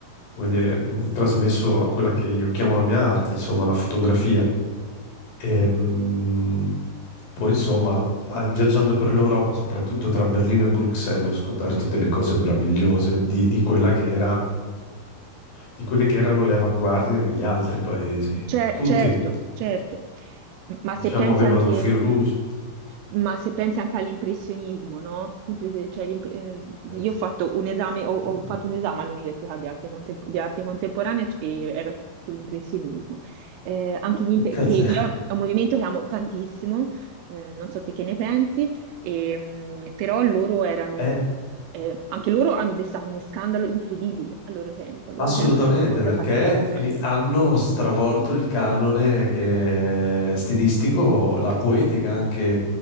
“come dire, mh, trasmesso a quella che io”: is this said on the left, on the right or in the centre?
Left